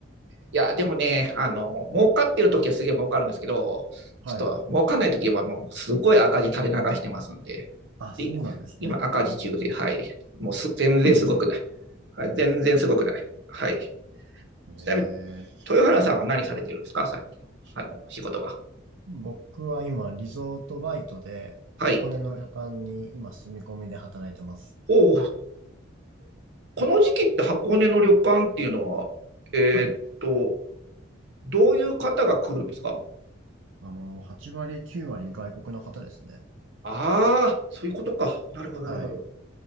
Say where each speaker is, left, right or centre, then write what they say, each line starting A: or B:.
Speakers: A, on the right; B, on the right.
A: いや、でもね、あの、儲かってる時はすげえ儲かるんですけど、
B: はい。
A: ちょっと儲かんない時はもうすごい赤字垂れ流してますんで、
B: あ、そうなんですね。
A: で今赤字中で、はい。もうす全然すごくない。
B: そうなんですか。
A: はい、全然すごくない。はい。
B: ええ。
A: ちなみに、豊原さんは何されてるんですか最近。あの、仕事は。
B: 僕は今、リゾートバイトで、箱根の旅館に今、
A: はい。
B: 住み込みで働いてます。
A: おお、この時期って箱根の旅館っていうのは、えー、
B: はい
A: っと、どういう方が来るんですか
B: あの、8割、9割外国の方ですね。
A: ああ、そういうことか。なるほど、なるほど。
B: はい。